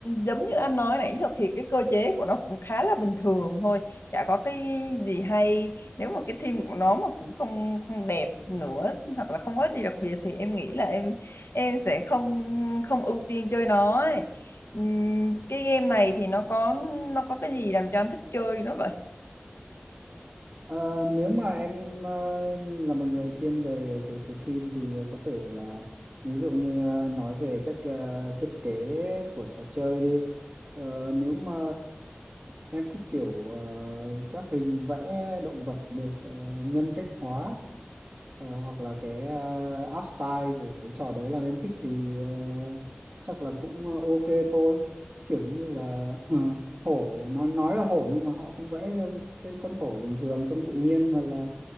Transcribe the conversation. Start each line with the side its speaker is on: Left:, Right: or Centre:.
Left: giống như anh nói nãy giờ thì cái cơ chế của nó cũng khá là bình thường thôi, chả có cái gì hay. Nếu mà cái theme của nó mà cũng không không đẹp nữa hoặc là không có gì đặc biệt thì em nghĩ là em em sẽ không không ưu tiên chơi nó ấy. Ừm, cái game này thì nó có nó có cái gì làm cho anh thích chơi nó vậy
Right: Ờ, nếu mà em ờ, là một người thiên về cái cái team thì có thể là ví dụ như ờ, nói về cách ờ, thiết kế của trò chơi đi. Ờ, nếu mà em thích kiểu ờ, các hình vẽ động vật được ờ, nhân cách hóa Ờ, hoặc là cái uh, art style của cái trò đấy làm em thích thì ờ, chắc là cũng ờ, ok thôi kiểu như là ờ, hổ nói nói là hổ nhưng mà họ không vẽ ra cái, cái con hổ bình thường trong tự nhiên mà là